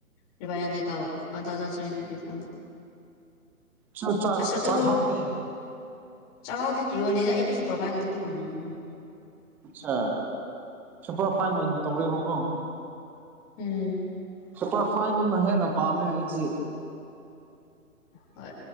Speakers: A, on the left (about 25°); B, in the centre.
A: ꯂꯨꯄꯥ ꯌꯥꯡꯈꯩ ꯀꯥꯕ ꯋꯥꯟ ꯊꯥꯎꯖꯟ ꯁꯚꯦꯟ ꯐꯤꯐꯇꯤ ꯀꯥꯕ
B: ꯆ ꯆꯥ
A: ꯑꯁ ꯑꯗꯨ
B: ꯆꯥꯛꯍꯥꯎꯗꯤ
A: ꯆꯥꯛꯍꯥꯎꯗꯤ ꯌꯣꯟꯅꯤꯗ ꯑꯩꯗꯤ ꯁꯨꯄꯔꯐꯥꯏꯅ ꯈꯛꯇꯪ ꯌꯣꯟꯅꯤ <unintelligible>
B: ꯑꯠꯁꯥ ꯁꯨꯄꯔ ꯐꯥꯏꯟ ꯑꯣꯏꯅ ꯇꯧꯔꯦꯕꯀꯣ
A: ꯎꯝ
B: ꯁꯨꯄꯔ ꯐꯥꯏꯟꯗꯨꯅ ꯍꯦꯟꯅ ꯄꯥꯝꯃꯦ ꯑꯩꯁꯤ
A: ꯍꯣꯏ